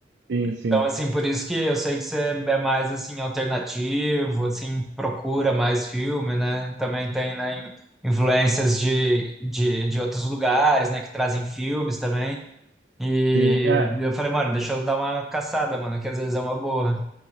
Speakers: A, on the right; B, in the centre.
A: sim, sim,
B: Então, assim, por isso que eu sei que você é mais, assim, alternativo, assim, procura mais filme, né? Também tem, né, in- influências de, de, de outros lugares, né, que trazem filmes também. E
A: sim. É,
B: eu falei, mano, deixa eu dar uma caçada, mano, que às vezes é uma boa.